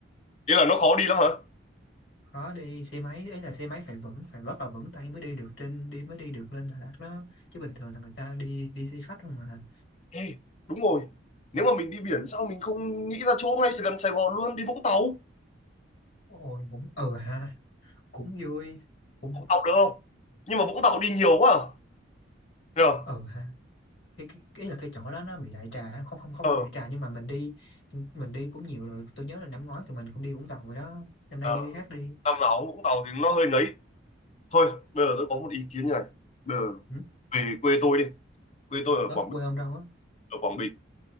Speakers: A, on the left (about 35°); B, on the left (about 60°).
A: Ý là nó khó đi lắm hả?
B: khó đi xe máy ấy là xe máy phải vững phải rất là vững tay mới đi được trên đi mới đi được lên Đà Lạt đó chứ bình thường là người ta đi đi xe khách không mà
A: Ê, đúng rồi. Nếu mà mình đi biển sao mình không nghĩ ra chỗ ngay gần Sài Gòn luôn đi Vũng Tàu?
B: ôi cũng ờ ha cũng vui cũng
A: Vũng Tàu được không? Nhưng mà Vũng Tàu đi nhiều quá à? Nhờ?
B: ờ ha cái cái cái là cái chỗ đó nó bị đại trà không không không
A: Ờ,
B: phải đại trà nhưng mà mình đi mình đi cũng nhiều rồi tôi nhớ là năm ngoái tụi mình cũng đi Vũng Tàu rồi đó năm nay
A: ờ,
B: đi cái khác đi
A: năm nào cũng Vũng Tàu thì nó hơi nấy. Thôi, bây giờ tôi có một ý kiến như này. Bây giờ
B: ừ?
A: về quê tôi đi quê tôi ở
B: Ủa,
A: Quảng
B: quê
A: Bình
B: ông đâu á
A: ở Quảng Bình